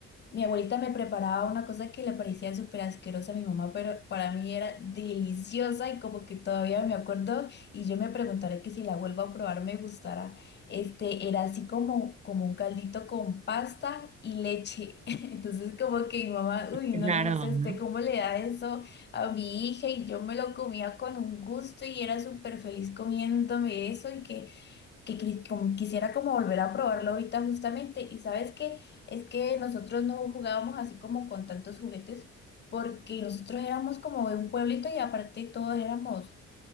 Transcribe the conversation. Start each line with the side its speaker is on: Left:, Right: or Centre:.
Left: mi abuelita me preparaba una cosa que le parecía súper asquerosa a mi mamá, pero para mí era deliciosa y como que todavía me acuerdo y yo me preguntaré que si la vuelvo a probar me gustará. Este, era así como, como un caldito con pasta y leche. <laughs> Entonces como que mi mamá, uy,
Right: Qué
Left: no,
Right: Raro,
Left: yo no sé este,
Right: ¿no?
Left: cómo le da eso a mi hija y yo me lo comía con un gusto y era súper feliz comiéndome eso y que que qui- como quisiera como volver a probarlo ahorita justamente. Y sabes que es que nosotros no jugábamos así como con tantos juguetes porque nosotros éramos como de un pueblito y aparte todos éramos